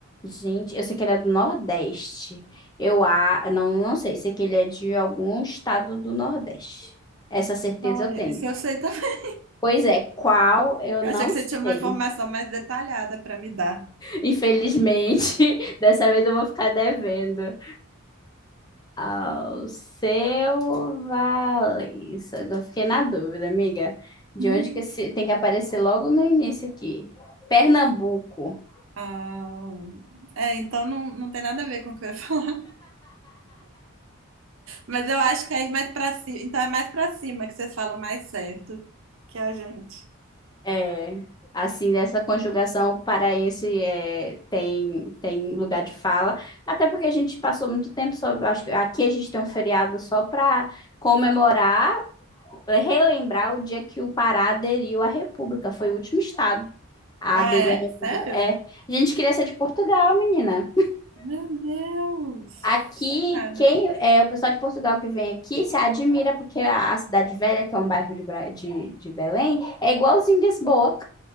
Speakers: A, on the left (about 20°); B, on the right (about 60°).
A: Gente, eu sei que ele é do Nordeste. Eu a... não, não sei, sei que ele é de algum estado do Nordeste. Essa certeza
B: Não,
A: eu
B: é,
A: tenho.
B: isso eu sei também.
A: Pois é, qual eu
B: Eu
A: não
B: achei que você
A: sei.
B: tinha uma informação mais detalhada para me dar.
A: Infelizmente, <laughs> dessa vez eu vou ficar devendo. Ao seu Valença. Agora eu fiquei na dúvida, amiga. De
B: Uhum.
A: onde que esse... tem que aparecer logo no início aqui? Pernambuco.
B: Ah, é, então não, não tem nada a ver com o que eu ia <laughs> falar. Mas eu acho que é ir mais para cima. Então é mais para cima que vocês falam mais certo que a gente.
A: É, assim, nessa conjugação o paraense é, tem, tem lugar de fala, até porque a gente passou muito tempo só, acho que aqui a gente tem um feriado só para comemorar, é, relembrar o dia que o Pará aderiu à República, foi o último estado a
B: Ah,
A: aderir
B: é?
A: à República.
B: Sério?
A: É, a gente queria ser de Portugal, menina.
B: Meu Deus!
A: Aqui,
B: Chocada.
A: quem é o pessoal de Portugal que vem aqui se admira porque a, a Cidade Velha, que é um bairro de, Bra- de, de Belém, é igualzinho Lisboa.